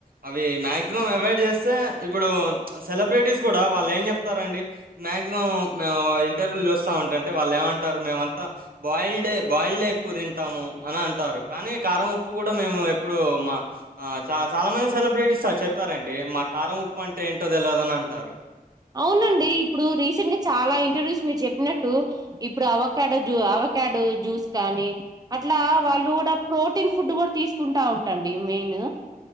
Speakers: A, on the right; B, on the right.
A: అవి మాక్సిమం యావైడ్ చేస్తే ఇప్పుడు సెలబ్రిటీస్ కూడా వాళ్ళు ఏం చెప్తారండి మాక్సిమం ఇంటర్వ్యూలు చూస్తా ఉంటంటే వాళ్ళు ఏమంటారు మేమంతా బాయిల్డ్ బాయిల్డే ఎక్కువ తింటాము అని అంటారు కానీ కారం ఉప్పు కూడా మేము ఎప్పుడు మా చా చాలా మంది సెలబ్రిటీస్ చెప్పారండి మా కారం ఉప్పు అంటే ఏంటి ట్ట తెలదని అంటారు
B: అవునండి ఇప్పుడు రీసెంట్ గా చాలా ఇంటర్వ్యూస్ మీరు చెప్పినట్టు ప్పుడు ఇప్పుడు అవకాడో జు అవక్ కాడ్ జూస్ కానీ అట్లా వాళ్ళు కూడా ప్రోటీన్ ఫుడ్ కూడా తీస్ కుంటా ఉంటండి మెయిన్